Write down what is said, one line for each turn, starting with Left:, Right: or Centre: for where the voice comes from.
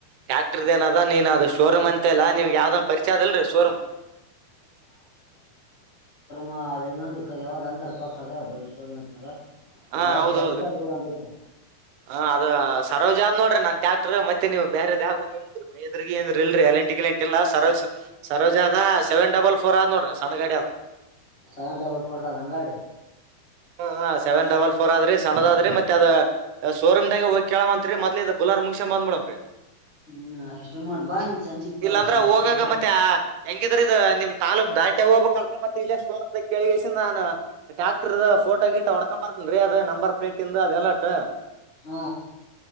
Right: ಟ್ಯಾಕ್ಟರ್ದ ಏನದ ನೀನ್ ಅದು ಶೋರೂಮ ಅಂತ ಇಲ್ಲ ನಿವ್ ಯಾವ್ದ ಪರಿಚ ಅಲ್ರೀ ಸೋರಂ್
Left: ಹ ಅದ ಇನ್ನೊಂದು ಕದ ಯಾವದ ಅಂತ ತರಪಕ್ದ ಬಜೀ್ವತನಾರೆ ಕೆಲವಾದ
Right: ಹಾ ಹೌದೌದ್ರಿ
Left: ಪರಿಚಯ ಆದ ಕೂಡ ಒಂದ ಐತೆ
Right: ಹ ಅದ ಸರೋಜ್ ನೋಡ್ರಿ ನನ್ ್ಯಾಕ್ಟ್ರ ಮತ್ತೆ ನೀವು ಬೇರೆ ದಾವ್ದ ಮಹೇಂದ್ರಗಏ್ರ ಇರಿ ಎಂಟಿ ಎಂಟ ಇಲ್ಲ ಸರಜ್ ಸರೋಜ ಅ ಸೆವೆ ಡಲ್ ೋರ್ ಆದ ನೋ್ರರಿ ಸಣ್ಣ ಗಾ ಹ
Left: ಸೆವೆನ್ ಡಬಲ್ ಫೋರ್ ದಾಸನ್ ಗಾಡಿ
Right: ಹ ಸೆವೆನ್ ಡಬಲ್ ಫೋರ್ ಆದ್ರಿ ಸಣ್ಣದ ಆದ್ರಿ ಮತ್ತೆ ಅದ ಸೋರಮ್ದೆ ಹೋಗ ಕೇಳಳ ಅಂತತ್ರಿ ಮದಲದ ಬುಲಾರ್ ಮುಗಸನ್ ಬಂದ್ಡ್ರರಿ
Left: ಹ್ಮ್ ಕಷ್ಟ ಮಾಡಡ್ಬಾ ನೀ ಸಂಜಿಪಾ
Right: ಇಲ್ಲಾಂದ್ರ
Left: ಸಂಜಿಕಂಗ
Right: ಹೋಗಾಗ ಮತ್ತೆ ಹೆಂಗಿದ್ರ ಇದ ನಿಮ್ ತಾೂಕ್ ದಾಟಿ ಹೋಗಬೇಕಲ್ರರಿ ಮತ್ತೆ ಇಲ್ಲ ಸೋನ ಕೇಳಿಗಸ ನಾನನ್ ಡಾಕ್ಟರ್ ಫೋಟೋ ಗಿಟ್ ಹೊಡ್ಕೊಂಬರ್ತೇನ್ ರೀ ಅದು ನಂಬರ್ ಪ್ೇಟ್ ಇಿಂದ ಅದು ಎಲಾಟ್
Left: ಹಾ